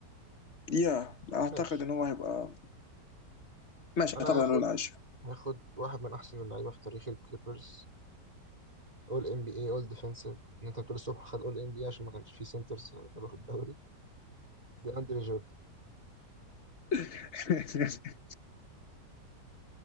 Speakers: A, on the left; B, on the right.
A: يا اعتقد
B: ماشي
A: ان هو هيبقى ماشي
B: أنا
A: اعتقد انه
B: هاخد
A: العاشر
B: هاخد واحد من أحسن اللعيبة في تاريخ الكليبرز اول ام بي اي اول ديفensive ان انت بتقول الصبح خد اول ام بي اي عشان ما كانش فيه سنترز قالوا في الدوري دي اندري جوردن
A: <laughs>